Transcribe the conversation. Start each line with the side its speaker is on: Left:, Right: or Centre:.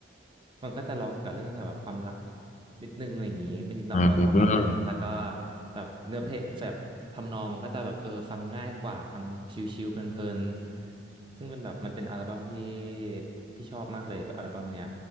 Right: มันก็จะร้องเกี่ยวกับเรื่องแบบความรักนิดนึงอะไรอย่างนี้ไม่นิดหรอกก็ความรักแหละแล้วก็
Left: อืม
Right: แบบเนื้อเพลงแบบทำนองมันก็จะแบบเออฟังง่ายกว่าฟังชิลๆเพลินๆซึ่งเป็นแบบมันเป็นอัลบั้มที่พี่ชอบมากเลยอัลบั้มเนี้ย